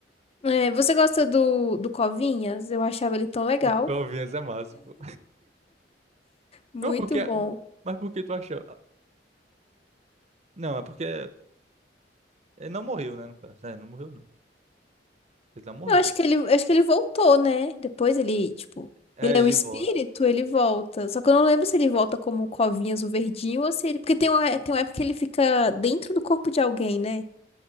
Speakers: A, on the left (about 35°); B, on the right (about 40°).
A: É, você gosta do, do Covinhas? Eu achava ele tão
B: <laughs>
A: legal.
B: O Calvinhas é massa, pô.
A: Muito
B: Mas porque,
A: bom.
B: mas porque tu acha. ah, Não, é porque. Ele não morreu, né, no caso. É, não morreu, não. Ele não morreu.
A: Eu acho que ele, eu acho que ele voltou, né? Depois ele, tipo,
B: É,
A: ele é
B: ele
A: um espírito,
B: volta.
A: ele volta. Só que eu não lembro se ele volta como Covinhas, o verdinho, ou se ele. Porque tem uma, tem uma época que ele fica dentro do corpo de alguém, né?